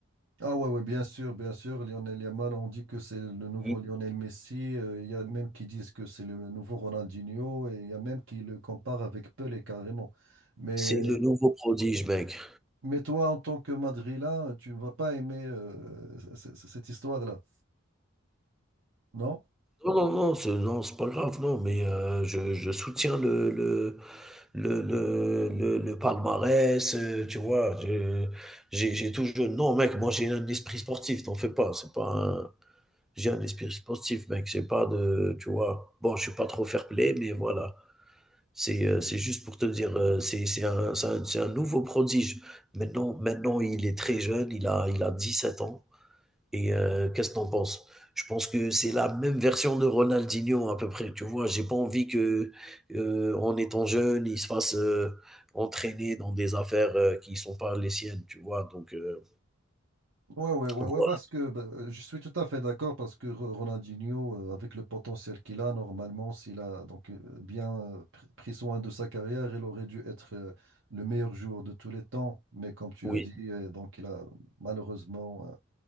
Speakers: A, on the right; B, in the centre.
A: Ah ouais, ouais, bien sûr, bien sûr. Lionel Yamal, on dit que c'est le nouveau
B: I
A: Lionel Messi. euh, Il y a même qui disent que c'est le nouveau Ronaldinho et il y a même qui le comparent avec Pelé carrément. Mais
B: c'est le nouveau prodige mec.
A: Mais toi, en tant que Madrilène, tu ne vas pas aimer euh, c- c- cette histoire-là, non?
B: Non, non, non, c'est non, c'est pas grave, non, mais, heu, je je soutiens le le le, le, le, le palmarès, euh, tu vois. je- J'ai j'ai toujours. Non, mec, moi j'ai un esprit sportif, t'en fais pas. C'est pas un- J'ai un esprit sportif, mec. J'ai pas de. Tu vois. Bon, je suis pas trop fair play, mais voilà. C'est euh, c'est juste pour te dire, euh, c'est c'est un, c'est un, c'est un nouveau prodige. Maintenant, maintenant, il est très jeune, il a, il a 17 ans. Et euh, qu'est-ce que t'en penses? Je pense que c'est la même version de Ronaldinho à peu près. Tu vois, j'ai pas envie que, euh, en étant jeune, il se fasse euh, entraîner dans des affaires euh, qui sont pas les siennes. Tu vois, donc euh,
A: Ouais, ouais, ouais,
B: voilà.
A: ouais, parce que bah, euh, je suis tout à fait d'accord parce que Ro- Ronaldinho, euh, avec le potentiel qu'il a, normalement, s'il a donc euh, bien euh, pr- pris soin de sa carrière, il aurait dû être euh, le meilleur joueur de tous les temps. Mais comme tu
B: Oui,
A: as dit, euh, donc il a malheureusement euh,